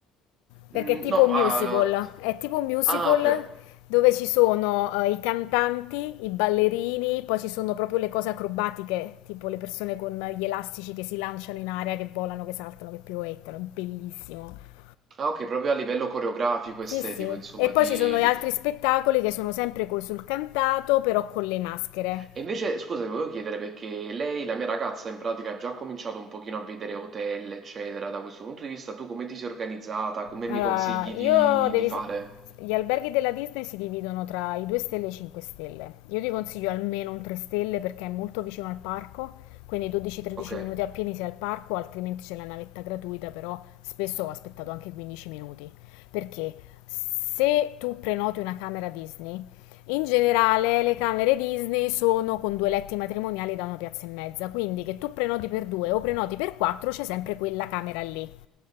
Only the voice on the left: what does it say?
Perché
è tipo
un
musical, è tipo un musical
dove ci sono eh, i cantanti, i ballerini, poi ci sono proprio le cose acrobatiche, tipo le persone con gli elastici che si lanciano in aria, che volano, che saltano, che piroettano, è bellissimo.
Sì, sì.
E poi
ci sono gli
altri spettacoli che sono sempre col sul cantato, però con le maschere.
Allora,
io
devi...
s- gli alberghi della Disney si dividono tra i 2 stelle e i 5 stelle. Io ti consiglio almeno un 3 stelle perché è molto vicino al parco, quindi 12-13
minuti appieni sei al parco, altrimenti c'è la navetta gratuita, però spesso ho aspettato anche 15 minuti. Perché se tu prenoti una camera Disney, in generale le camere Disney sono con due letti matrimoniali da una piazza e mezza, quindi che tu prenoti per due o prenoti per quattro c'è sempre quella camera lì.